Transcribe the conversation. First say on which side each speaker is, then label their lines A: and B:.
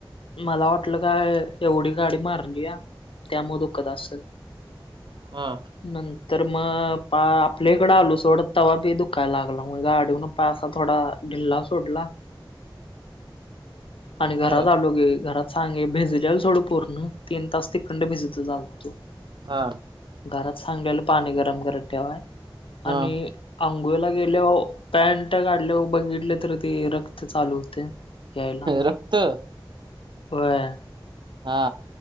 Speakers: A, on the left (about 85°); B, on the right (about 60°).
A: मला वाटलं काय एवढी गाडी मारली या त्यामु अ दुःखद असल.
B: हा.
A: नंतर मग पा आपल्याकडें आलो सोडत तवा बी दुखायला लागला म गाडीहून पाय असा थोडा ढिल्ला सोडला आणि घरात
B: बर
A: आलो की घरात सांगे भिजल्याल सोडं पूर्ण तीन तास तिखंड भिजत आलो होतो.
B: हा.
A: घरात सांगल्या पाणी गरम करत ठेवाय
B: हा
A: आणि अंघोळला गेल्यावर पॅनट काढल्या बघितले तर ते रक्त चालू होते. यायला
B: रक्त
A: होय.
B: हा.